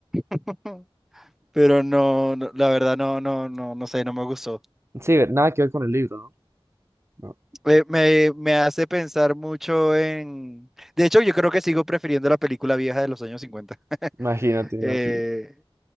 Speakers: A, in the centre; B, on the right (about 25°).
A: <laughs> pero no, no, la verdad no, no, no, no sé, no me gustó.
B: Sí, ve- nada que ver con el libro, ¿no? No,
A: Eh, me, me hace pensar mucho en... De hecho, yo creo que sigo prefiriendo la película vieja de los años 50. <laughs>
B: imagínate, imagínate.
A: Eh,